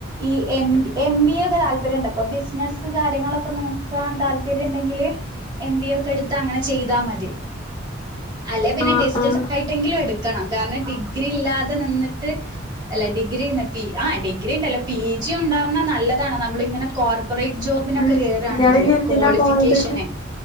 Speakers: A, on the right; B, on the left.
A: ഈ എം എം ബി ഒക്കെ താല്പര്യംണ്ടോ അപ്പൊ ബിസിനസ് സു കാര്യങ്ങളൊക്കെ നോക്കാൻ താല്പര്യണ്ടങ്കില് എം ബി എ ഒക്കെ എടുത്ത് അങ്ങനെ ചെയ്താ മതി അല്ലെ പിന്നെ
B: ആഹ്
A: ഡിസ്റ്റൻസ്
B: ആഹ്
A: ആയിട്ടെങ്കിലും എടുക്കണം കാരണം ഡിഗ്രി ഇല്ലാതെ നിന്നി ട്ട് അല്ല ഡിഗ്രിന്ന് പി ആഹ് ഡിഗ്രി ണ്ടല്ല പി ജി ഉണ്ടാവുന്ന നല്ലതാണ് നമ്മൾ ഇങ്ങനെ കോർപ്പറേറ്റ് ജോബിനൊക്കെ
B: ഉം
A: കേറാണെങ്കില്
B: ഇങ്ങളിനി എന്തിനാ
A: ക്വാളിഫിക്കേഷനെ
B: പോണത്